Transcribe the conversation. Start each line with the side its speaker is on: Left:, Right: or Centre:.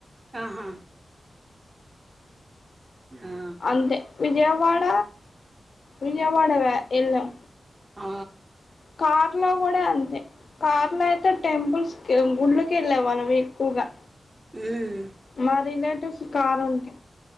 Right: ఆహా ఆ
Left: అంతే విజయవాడ విజయవాడ వె ఏళ్ళాం.
Right: ఆ
Left: కార్ లో కూడా అంతే కార్లో అయితే టెంపుల్స్ గుడ్లోక్ ఏళ్ళాం వనం ఎక్కువగా
Right: ఉహ్
Left: మా రిలేటివ్స్ కార్ ఉంటే